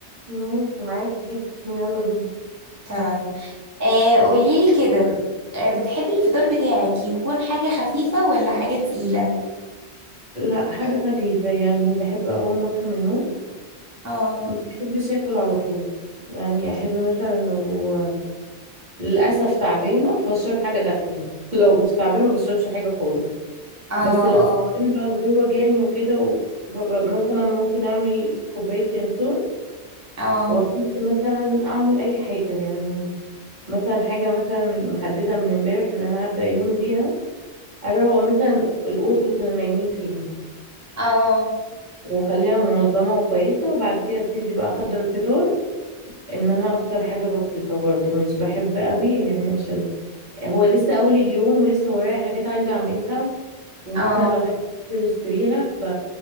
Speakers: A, on the right; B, on the right.
A: ماشي معاكي جدا يلا بينا
B: طيب آه قوليلي كده آه بتحبي الفطار بتاعك يكون حاجه خفيفه ولا حاجه تقيله
A: لا حاجه خفيفه يعني بحب اول ما اصحى من النوم
B: اه
A: ما بحبش اكل على طول يعني احب مثلا لو للاسف تعبانه فاشرب حاجه دافيه <laughs> لو مش تعبانه ما بشربش حاجه خالص
B: اه
A: بس لو
B: اه
A: تعبانه بقى وزور وجعني وكده و- ببقى مثلا ممكن اعمل كوبايه ينسون
B: اه
A: وابتدي مثلا اعمل اي حاجه يعني مثلا حاجة مثلا محددة من امبارح ان انا هبدأ يومي بيها اروق مثلا الأوضة اللي كنا نايمين فيها
B: اه
A: واخليها منظمة وكويسة وبعد كده ابتدي بقى احضر الفطار ان انا افطر حاجة بسيطة برضو مش بحب قوي يعني عشان هو لسه اول اليوم ولسه ورايا حاجات عايزة اعملها ومثلا
B: اه
A: لو حاجة عايزة اشتريها ف